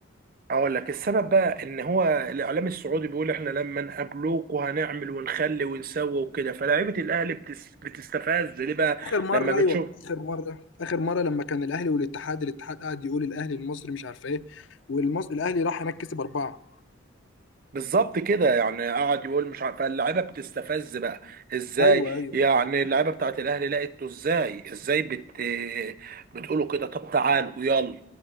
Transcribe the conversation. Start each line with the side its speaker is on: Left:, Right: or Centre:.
Right: اقول لك السبب بقى ان هو الاعلام السعودي بيقول احنا لما نقابلوك وهنعمل ونخلي ونسوي وكده فلاعيبه الاهلي بتس بتستفز ليه بقى
Left: اخر مره
Right: لما بتشوف
Left: ايوه اخر مره اخر مره لما كان الاهلي والاتحاد الاتحاد قعد يقول الاهلي المصري مش عارف ايه والمصري الاهلي راح هناك كسب اربعه
Right: بالظبط كده يعني قعد يقول مش عارف فاللعيبه بتستفز بقى ازاي
Left: ايوه ايوه
Right: يعني اللعيبه بتاعت الاهلي لقيته ازاي ازاي بت بتقولوا كده طب تعالوا يلا